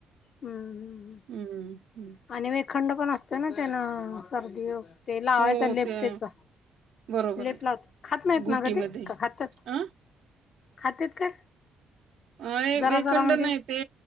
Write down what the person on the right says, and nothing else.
हम्म हम्म.
हो
त्या
बरोबर
आहे
घुटीमध्ये
हा
अ
वेखंड
नाही ते